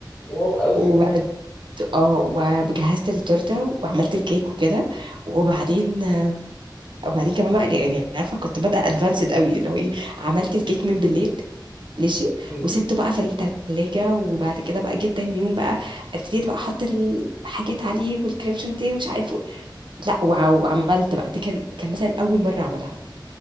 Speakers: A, on the left; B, on the right.
A: واو قوي
B: جدا اه وجهزت التورته وعملت الكيك وكده وبعدين وبعدين كمان بقى يعني عارفه كنت بادئه ادفانسد قوي اللي هو ايه عملت الكيك من بالليل ماشي
A: اوكي
B: وسبته بقى في التلاجة وبعد كده بقى جيت تاني يوم بقى ابتديت بقى احط الحاجات عليه والكريم شانتيه ومش عارف و... لا وع- وعملت بقى دي كان كان مثلا اول مره اعملها